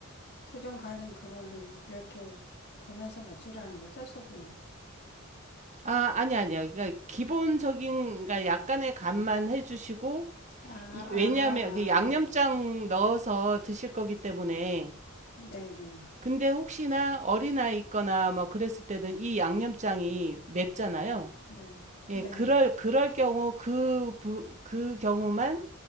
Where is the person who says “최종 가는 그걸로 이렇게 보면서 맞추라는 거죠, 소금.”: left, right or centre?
Left